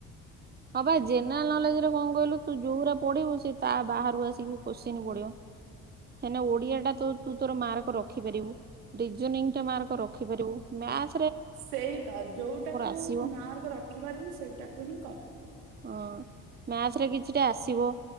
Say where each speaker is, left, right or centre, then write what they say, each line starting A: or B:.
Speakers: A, on the right; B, on the right.
A: ହଁ ବା ଜେନେରାଲ ନଲେଜ ରେ କଣ କହିଲୁ ତୁ ଯୋଉଟା ପଢିବୁ ସେ ତା ବାହାରୁ ଆସିକି କୋଶ୍ଚିନ୍ ପଡ଼ିବ। କାହିଁକିନା ଓଡିଆ ଟା ତ ତୁ ତୋର ମାର୍କ ରଖିପାରିବୁ ରିଜନିଙ୍ଗ ଟା ମାର୍କ ରଖିପାରିବୁ, ମ୍ୟାଥ୍
B: ସେଇ ତ ଯୋଉଟାକୁ
A: ଆସିବ।
B: ମାର୍କ ରଖିପାରିବୁ ସେଇଟାକୁ ହିଁ କରିବୁ।
A: ହଁ ମ୍ୟାଥରେ କିଛିଟା ଆସିବ।